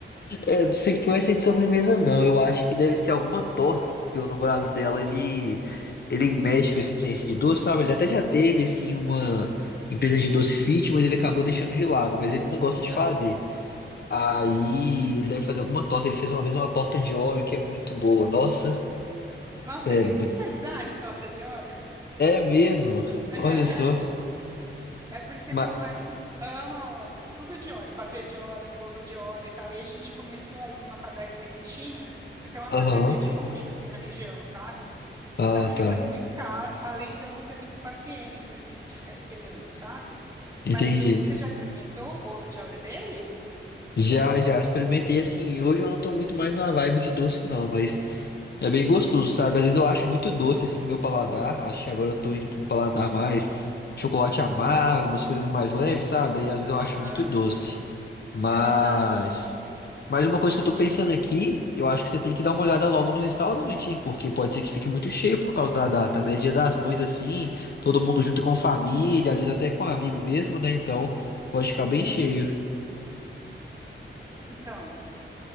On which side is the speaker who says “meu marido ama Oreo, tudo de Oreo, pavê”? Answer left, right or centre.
Right